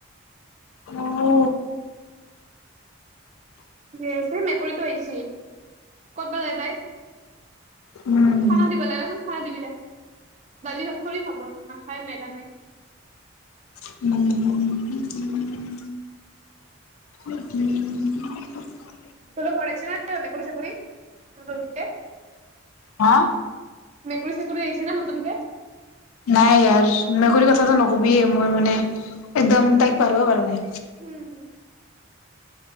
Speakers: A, on the left; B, on the right.
A: অহ
B: আছে মেকুৰীতো আইছি ক'তবা যায় তাই
A: উম
B: খানা দিবা লাগেচোন পিছত খানা দিবি দে দালি ভাত কনি খাব নাখাই মেদামে
A: উম <unintelligible> উম <unintelligible>
B: তহতৰ ঘৰত‌ আছে না মেকুৰী চেকুৰী নতুনকে
A: হা
B: মেকুৰী চেকুৰী আহিছে নে নতুনকে?
A: নাই আৰু, মেকুৰীৰ কথাটো নকবিয়ে, মোৰ মানে একদম তাইক পাহৰিব পৰা নাই।
B: উম।